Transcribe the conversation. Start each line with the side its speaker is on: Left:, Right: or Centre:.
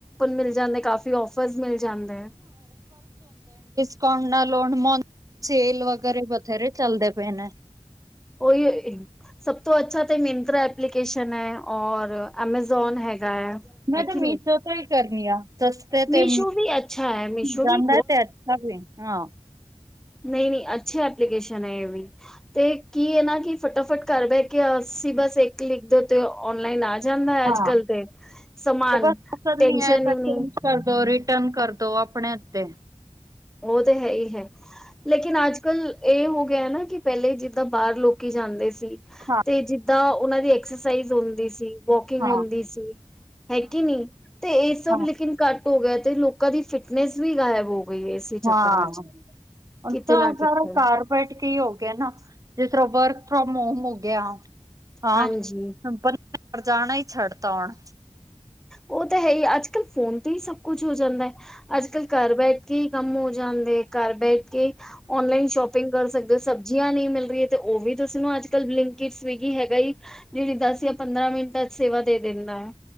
Centre: ਮਿਲ ਜਾਂਦੇ ਕਾਫੀ ਔਫਰਸ ਮਿਲ ਜਾਂਦੇ ਹੈ।
Right: ਕ ਲੋ ਸੇਲ ਵਗੈਰੇ ਬਥੇਰੇ ਚੱਲਦੇ ਪਏ ਨੇ,
Centre: ਉਹੀ ਸਭ ਤੋਂ ਅੱਛਾ ਤੇ ਮੇਨ, ਐਪਲੀਕੇਸ਼ਨ ਹੈ ਔ ਐਮਜ਼ੋਨ ਹੈ।
Right: ਮੈਂ
Centre: ਹੈ ਕਿ
Right: ਤੇ ਮੀਸ਼ੋ
Centre: ਨਹੀਂ
Right: ਤੋਂ ਹੀ ਕਰਨੀ ਆ ਸਸਤੇ
Centre: ਮੀਸ਼ੋ
Right: ਤੇ
Centre: ਵੀ ਅੱਛਾ ਹੈ ਮੀਸ਼ੋ
Right: ਜਾਂਦਾ
Centre: ਵੀ
Right: ਤੇ, ਅੱਛਾ ਵੀ ਹਾਂ,
Centre: ਨਹੀਂ-ਨਹੀਂ ਅੱਛੀ ਐਪਲੀਕੇਸ਼ਨ ਹੈ ਇਹ ਵੀ ਤੇ ਕੀ ਇਹ ਨਾ ਕਿ ਫਟਾਫਟ ਘਰ ਬਹਿ ਕੇ ਅਸੀਂ ਬਸ ਇੱਕ ਲਿਖਦੇ ਹੋ ਤੇ ਔਨਲਾਈਨ ਆ ਜਾਂਦਾ ਹੈ
Right: ਹਾਂ
Centre: ਅੱਜ ਕੱਲ ਤੇ ਸਮਾਨ,
Right: ਤੇ ਬਸ ਪਸੰਦ
Centre: ਟੈੈਂਨਸ਼ਨ
Right: ਨਹੀਂ ਆਇਆ ਤਾਂ
Centre: ਹੋਈ ਨੀ,
Right: ਚੇਂਜ ਕਰ ਦੋ ਕਰ ਦੋ ਆਪਣੇ ਹੱਥ ਤੇ।
Centre: ਉਹ ਤੇ ਹੈ ਹੀ ਹੈ ਲੇਕਿਨ ਅੱਜ ਕੱਲ, ਇਹ ਹੋ ਗਿਆ ਨਾ ਕਿ ਪਹਿਲੇ ਜਿੱਦਾਂ ਬਾਹਰ ਲੋਕੀ ਜਾਂਦੇ ਸੀ
Right: ਹਾਂ
Centre: ਤੇ ਜਿੱਦਾਂ ਉਹਨਾਂ ਦੀ ਐਕਸਾਈਜ਼ ਹੁੰਦੀ ਸੀ ਵੋਕਿੰਗ
Right: ਹਾਂ
Centre: ਹੁੰਦੀ ਸੀ ਹੈਗੀ ਨੀ ਤੇ ਇਹ ਸਭ
Right: ਹਾਂ
Centre: ਲੇਕਿਨ ਘੱਟ, ਹੋ ਗਿਆ ਤੇ ਲੋਕਾਂ ਦੀ ਫਿਟਨੈਸ ਵੀ ਗਾਇਬ ਹੋ ਗਈ ਹੈ। ਇਸੇ ਚੱਕਰਾਂ
Right: ਹਾਂ,
Centre: ਚ ਕਿਤੇ
Right: ਤਾਂ
Centre: ਨਾ ਕਿਤੇ
Right: ਸਾਰਾ ਕਾਰਪੇਟ ਕੀ ਹੀ ਹੋ ਗਿਆ ਨਾ, ਜਿਸ ਤਰ੍ਹਾਂ ਵਰਕ ਫਰੋਮ ਹੋਮ ਹੋ ਗਿਆ ਹਾਂ
Centre: ਹਾਂਜੀ।
Right: ਸਿੰਪਲ, ਰ ਜਾਣਾ ਛੱਡਤਾ ਹੁਣ,
Centre: ਉਹ ਤਾਂ ਹੈ ਹੀ ਅੱਜ-ਕੱਲ ਫੋਨ ਤੇ ਹੀ ਸਭ ਕੁਛ ਹੋ ਜਾਂਦਾ ਹੈ ਅੱਜ-ਕੱਲ੍ਹ ਘਰ ਬੈਠੇ, ਕੇ ਕੰਮ ਹੋ ਜਾਂਦੇ ਘਰ ਬੈਠ ਕੇ ਔਨਲਾਈਨ ਸ਼ੋਪਿੰਗ ਕਰ ਸਕਦੇ ਹੋ ਸਬਜ਼ੀਆਂ ਨਹੀਂ ਮਿਲ। ਤੇ ਉਹ ਵੀ ਤੁਸੀਂ ਨੂੰ ਅੱਜ-ਕੱਲ੍ਹ ਬਿੰਕਟ ਸਵਗੀ ਹੈਗਾ ਜਿਹੜੀ ਦਸ ਜਾਂ ਪੰਦਰਾਂ ਮਿੰਟਾਂ ਚ ਸੇਵਾ ਦੇ ਦੇ, ਕਿੰਦਾ ਹੈ।